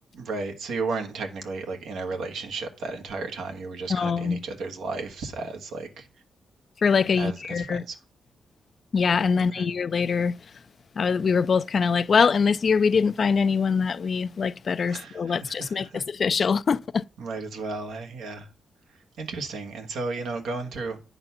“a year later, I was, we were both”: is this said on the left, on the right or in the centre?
Left